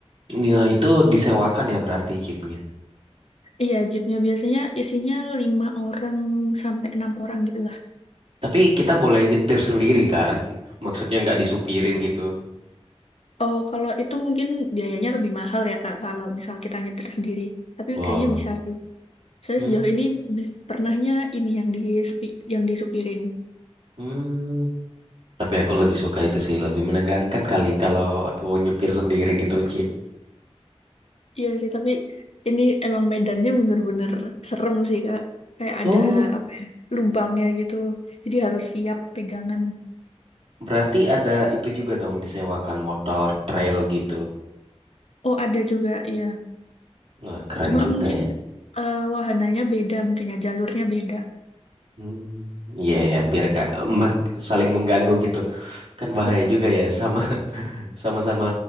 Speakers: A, on the right; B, on the left.
A: ya, itu disewakan ya berarti jeepnya
B: Iya, jeepnya biasanya isinya lima orang sampai enam orang gitu
A: tapi kita boleh nyetir sendiri kan <laughs> maksudnya nggak disupirin gitu
B: Oh, kalau itu mungkin biayanya lebih mahal ya, Kak, kalau misal kita nyetir sendiri. Tapi
A: wow
B: kayaknya bisa sih. Saya
A: hmm,
B: sejauh ini bi- pernahnya ini yang disepi yang disupirin.
A: hmm. tapi aku lebih suka itu sih lebih menegangkan kali kalau aku nyupir sendiri gitu jeep
B: Iya sih, tapi ini emang medannya bener-bener serem sih, Kak. Kayak
A: oh
B: ada apa ya, lubangnya gitu. Jadi harus siap pegangan.
A: Berarti ada itu juga dong disewakan motor trail gitu.
B: Oh, ada juga, iya.
A: Wah, keren
B: Cuma
A: juga
B: mungkin
A: ya.
B: eh, wahananya beda, mungkin ya jalurnya beda.
A: Hmm, iya ya, biar nggak mak- saling mengganggu gitu. Kan bahaya
B: Betul.
A: juga ya sama <laughs> sama-sama